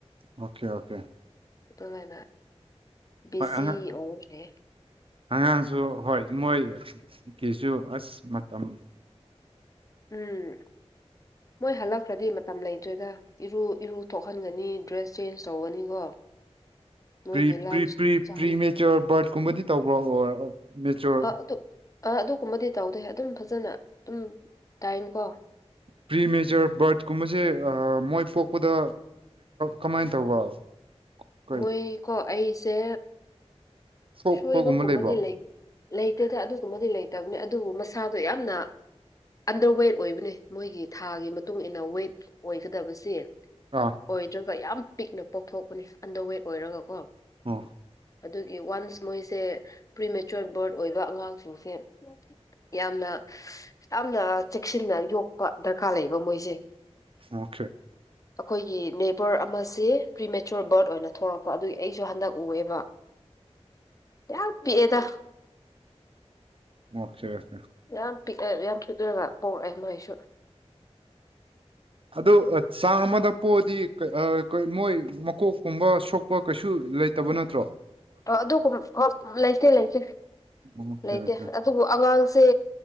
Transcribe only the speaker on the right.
ꯑꯣꯀꯦ ꯑꯣꯀꯦ
ꯍꯣꯏ ꯑꯉꯥꯡ
ꯑꯉꯥꯡꯁꯨ ꯍꯣꯏ ꯃꯣꯏꯒꯤꯁꯨ ꯑꯁ ꯃꯇꯝ
ꯔꯤ
ꯄ꯭ꯔꯤ ꯃꯦꯆꯣꯔ ꯕꯥꯔꯠꯀꯨꯝꯕꯗꯤ ꯇꯧꯕ꯭ꯔꯣ ꯑꯣ ꯃꯦꯆꯣꯔ
ꯄ꯭ꯔꯤ ꯃꯦꯖꯔ ꯕꯥꯔꯠ ꯀꯨꯝꯕꯁꯦ ꯃꯣꯏ ꯄꯣꯛꯄꯗ ꯀꯃꯥꯏꯅ ꯇꯧꯕ ꯀꯩ
ꯁꯣꯛꯄꯒꯨꯝꯕ
ꯂꯩꯕ꯭ꯔꯣ
ꯑꯥ
ꯎ
ꯑꯣ
<inaudible>
ꯃꯁꯒꯁꯦ
ꯑꯗꯨ ꯆꯥꯡ ꯑꯃꯗ ꯄꯣꯛꯑꯗꯤ ꯃꯣꯏ ꯃꯀꯣꯛꯀꯨꯝꯕ ꯁꯣꯛꯄ ꯀꯩꯁꯨ ꯂꯩꯇꯕ ꯅꯠꯇ꯭ꯔꯣ
ꯑꯣꯀꯦ
ꯑꯣꯀꯦ